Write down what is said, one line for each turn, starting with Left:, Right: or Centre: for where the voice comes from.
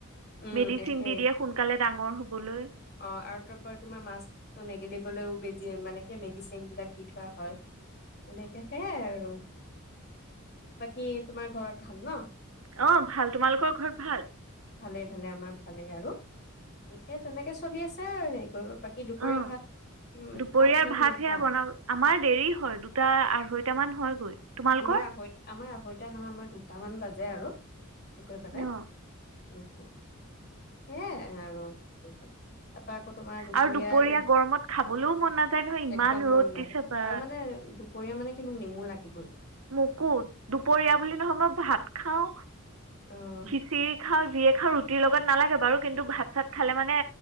Left: উম
Right: মেডিচিন
Left: একে
Right: দি দিয়ে সোনকালে ডাঙৰ হ'বলৈ
Left: অ আৰু তাৰপ তোমাৰ মাছটো নিগেটিভ গলেও বেজ মানেে মেডিচিন বিলাক দি থোৱা হয় সেনেকে সেয় আৰু বাকী তোমাৰ ঘৰত ভাল ন
Right: অ ভাল তোমালোকৰ ঘৰত ভাল
Left: ভালেই ভালে আমাৰ ভালেই আৰু বাকীহে তেনেকে চলি আছে আৰু বাকী দুপৰীয়া
Right: অঁ
Left: ভাত
Right: দুপৰীয়াৰ
Left: খোৱা কিমান
Right: ভাত
Left: সময়ত
Right: সেয়া
Left: খোৱা
Right: বনাব আমাৰ দেৰি হয় দুটা আঢ়ৈটামান হয়গৈ তোমালোকৰ
Left: আমাৰ আত আমাৰ আৈত নহয় আমাৰ দুটামান বাজি যে আৰু সে কৰি পানাই
Right: অঁ
Left: উ সেয় আৰু আকৌ তোমাৰ দুপৰীয়াাৰ
Right: আৰু দুপৰীয়া গৰমত খাবলৈও মন নাযায় নহয় ইমান
Left: এক্দম
Right: ৰ'দ
Left: মন
Right: দিছে
Left: নাযায়
Right: বা
Left: আৰু মানে দুপৰীয়া মানে কি মোক নেমু লাগে লাগিবই
Right: মোকো দুপৰীয়া বুলি নহয় মই ভাত খাও
Left: উম
Right: খিচিৰি খজ ৰুটিৰ লগত নালাগে বাৰু কিন্তু ভাত তাত খালে মানে